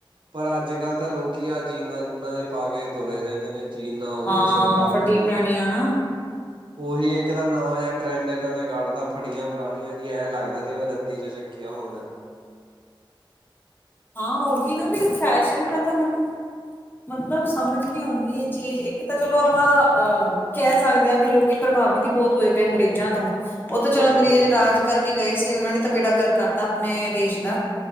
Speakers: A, on the right; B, on the left.
A: ਪਰ ਅੱਜ-ਕੱਲ੍ਹ ਤਾਂ ਲੋਕੀ ਆ, ਜੀਨਾ-ਜੂਨਾ ਜੇ ਪਾ ਕੇ ਤੁਰੇ ਰਹਿੰਦੇ ਨੇ ਚੀਨਾਂ ਹੋਗਈਆਂ,
B: ਹਾਂ
A: ਸ਼ਰਟਾਂ ਹੋ
B: ਫਟੀ
A: ਗਈਆਂ
B: ਪੁਰਾਣੀਆਂ ਨਾ
A: ਉਹੀ ਇੱਕ ਤਾਂ ਨਵਾਂ ਜਿਹਾ, ਟਰੈਂਡ ਇਹਨਾਂ ਨੇ ਤਾਂ ਫੜੀਆਂ ਪੁਰਾਣੀਆਂ ਜ ਐਂ ਲੱਗਦਾ, ਜਿਵੇਂ ਰੱਦੀ ਚ ਚੱਕੀਆਂ ਹੋਣ।
B: ਹਾਂ, ਉਹੀ ਨਾ, ਵੀ ਫੈਸ਼ਨ ਦਾ ਤਾਂ ਮਤਲਬ ਮਤਲਬ ਸਮਝ ਨੀ ਆਉਂਦੀ, ਇਹ ਚੀਜ਼ ਇੱਕ ਤਾਂ ਚਲੋ, ਆਪਾਂ ਅਹ ਕਹਿ ਸਕਦੇ ਹਾਂ ਵੀ ਲੋਕੀ ਪ੍ਰਭਾਵਿਤ ਹੀ ਬਹੁਤ ਹੋਏ ਪਏ, ਅੰਗਰੇਜ਼ਾਂ ਤੋਂ ਉੱਧ ਚਲੋ
A: ਬਹੁਤ
B: ਅੰਗਰੇਜ਼
A: ਜ਼ਿਆਦਾ।
B: ਰਾਜ ਕਰਕੇ। ਕੇ ਗਏ ਸੀ, ਉਹਨਾਂ ਨੇ ਤਾਂ ਬੇੜਾਗਰ ਕਰਤਾ ਆਪਣੇ ਦੇਸ਼ ਦਾ